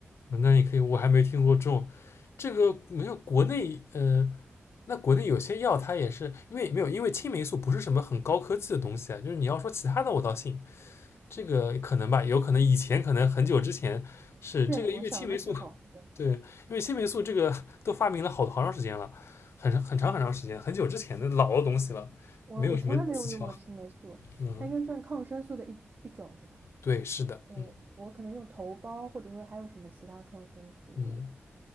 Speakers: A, on the left; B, on the right.
A: 那你可以，我还没听过这种，这个没有国内，呃，那国内有些药它也是因为没有，因为青霉素不是什么很高科技的东西啊，就是你要说其他的我倒信，这个可能吧，有可能以前可能很久之前是这个，
B: 对，我小的时候，
A: 因为青霉素，<laughs>
B: 对。
A: 对，因为青霉素这个都发明了好好长时间了，很长很长很长时间，很久之前的老的东西了，
B: 我我从来没有用过青霉素，
A: 没有什么技巧，嗯，
B: 它应该算抗生素的一一种，对吧？
A: 对，是的，
B: 嗯，
A: 嗯
B: 我可能用头孢，或者说还有什么其他抗生素
A: 嗯。